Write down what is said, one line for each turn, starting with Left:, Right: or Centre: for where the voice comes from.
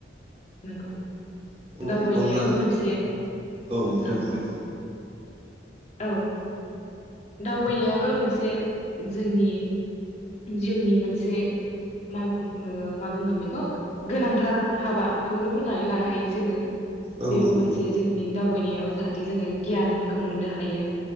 Left: नंगौ
Right: आरो
Left: दावबायनायाबो
Right: अब्ला
Left: मोनसे
Right: औ
Left: मोजां
Right: दे बुंलाय
Left: औ दावबायनायाबो मोनसे जोंनि जिउनि मोनसे मा बुं मा बुंगोन बेखौ गोनांथार हाबाखौनो बुंनानै लानो हायो जोङो
Right: औ
Left: बेबो मोनसे
Right: नंगौ
Left: जोंनि दावबायनायाव जाहाथे जोङो गियानखौ मोननो हायो